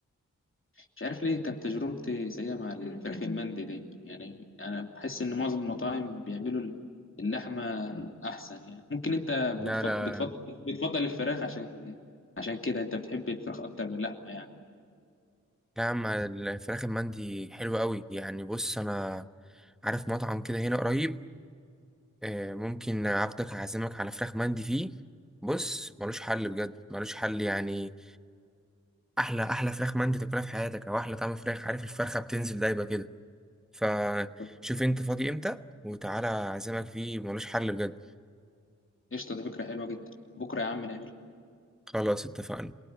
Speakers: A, on the left; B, in the centre.
A: مش عارف ليه كانت تجربتي سيئة مع الفراخ المندي دايما يعني انا بحس ان معظم المطاعم بيعملوا اللحمة احسن يعني ممكن انت
B: لا
A: بتفضل
B: لا
A: بتفضل
B: لا
A: بتفضل الفراخ عشان عشان كده انت بتحب الفراخ اكتر من اللحمة يعني
B: يا عم الفراخ المندي حلوة قوي يعني بص انا عارف مطعم كده هنا قريب آه، ممكن عبدك هعزمك على فراخ مندي فيه بص ملوش حل بجد ملوش حل يعني احلى احلى فراخ مندي تاكلها في حياتك او احلى طعم فراخ عارف الفرخه بتنزل دايبه كده فشوف
A: طب
B: انت فاضي امتى وتعالى اعزمك فيه ملوش حل بجد
A: قشطة دي فكرة حلوة جدا بكرة يا عم نعمل
B: خلاص اتفقنا